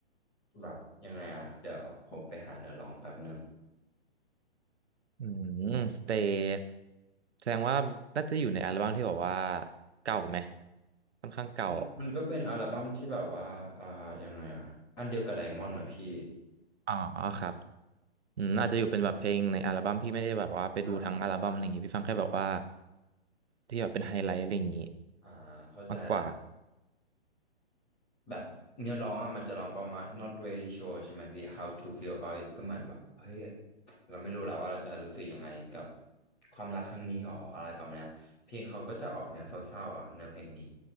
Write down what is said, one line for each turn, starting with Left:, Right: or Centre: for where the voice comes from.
Centre: แบบยังไงอ่ะเดี๋ยวผมไปหาเนื้อร้องแป๊บหนึ่ง
Right: อืมสเตย์แสดงว่าน่าจะอยู่ในอัลบั้มที่แบอกว่าเก่าไหมค่อนข้างเก่า
Centre: มันมันก็เป็นอัลบั้มที่แบบว่าอ่ายังไงอ่ะอันเดียวกับไดมอนด์นะพี่
Right: อ๋อครับอืมอาจจะอยู่เป็นแบบเพลงในอัลบั้มพี่ไม่ได้แบบว่าไปดูทั้งอัลบั้มอะไรอย่างงี้พี่ฟังแค่แบบว่า
Centre: อ่า
Right: ที่แบบเป็นไฮไลท์อะไรอย่างงี้
Centre: อ่าเข้าใจแล้ว
Right: มากกว่า
Centre: แบบเนื้อร้องอะมันจะร้องประมาณ not really sure ใช่ไหมพี่ how to feel about it ก็เหมือนแบบเฮ้ยเราไม่รู้แล้วว่าเราจะรู้สึกยังไงกับความรักครั้งนี้หรออะไรประมาณเนี้ยเพลงเขาก็จะออกแนวเศร้าๆอ่ะเนื้อเพลงนี้